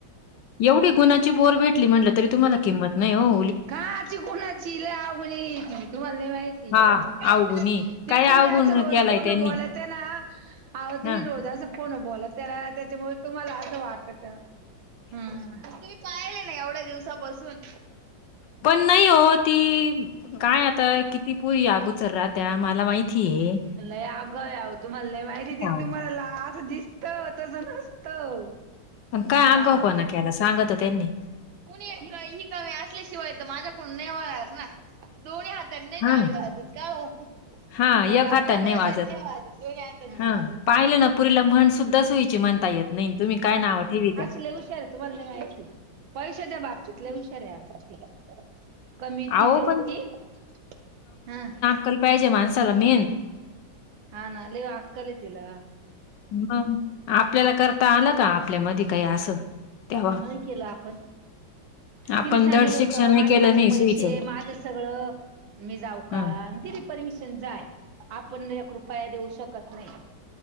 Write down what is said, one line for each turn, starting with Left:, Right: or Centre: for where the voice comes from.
Left: एवढी गुणाची पोर भेटली म्हटलं तरी तुम्हाला किंमत नाही ओ
Right: काची कोुणाची ल अवघणी घ तती तुम्हालाला माहिती. <unintelligible>
Left: हा अवगुणी
Right: ते
Left: काय
Right: तुम्ही
Left: अवगुण
Right: असं रोज
Left: केलाय
Right: फोन
Left: त्यांनी
Right: बोलते ना, अहो तुम्ही
Left: हा.
Right: रोजच फोनवर बोलते ना, त्याच्यामुळे तुम्हाला असं वाटत! हम् तुम्ही पाहिले ना एवढ्या दिवसापासून.
Left: पण नाही ओ ती काय आता किती पुरी अगावंच राहत्या मला माहिती ये.
Right: नाही अगाव याह तुम्हाला नाही माहिती ते
Left: अहो.
Right: तुम्हाला ला जस दिसत तसं नसतं!
Left: आणि काय
Right: हा.
Left: अगाव पणा केला सांगा तर त्यांनी
Right: कुणी ही कमी असल्याशिवाय तर माझ्याकडून ने होणार ना. दोन्ही हातांनी नाही
Left: हा,
Right: टाळी वाजतं का हो!
Left: हा
Right: एका
Left: एक
Right: हाताने
Left: वाजत.
Right: नाही वाजत दोनी हाताने
Left: हां,
Right: टाळी वाजते.
Left: पाहिलं ना पुरीला म्हण सुद्धा सोयीची म्हणता येत नाही, तुम्ही काय नाव ठेवी त्या.
Right: लई हुशार आहेत. तुम्हाला नाही माहिती, पैशाच्या बाबतीत लई हुशार आहे अगं ती. कमी फी
Left: अहो,
Right: तेवढी
Left: पण
Right: हा.
Left: काय पाहिजे माणसाला मेन.
Right: हा ना लई अक्खल आह तिला.
Left: मग आपल्याला करता आलं का आपल्या मधी काय असं. तेव्हा?
Right: नाही केलं आपण.
Left: आपण
Right: तिने सांगितलं
Left: धड शिक्षणही
Right: होत, माझे
Left: केलं
Right: माझे
Left: नाही
Right: पैसे
Left: सुईचं.
Right: माझं सगळं. मी जाऊ
Left: हं,
Right: का दिलीप. परमिशन जाय. आपण एक रुपया देऊ शकत नाही.